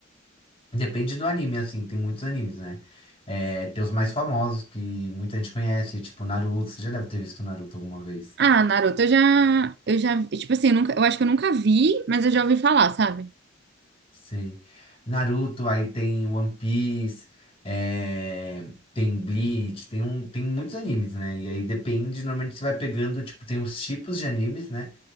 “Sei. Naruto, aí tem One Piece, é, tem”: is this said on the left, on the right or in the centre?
Left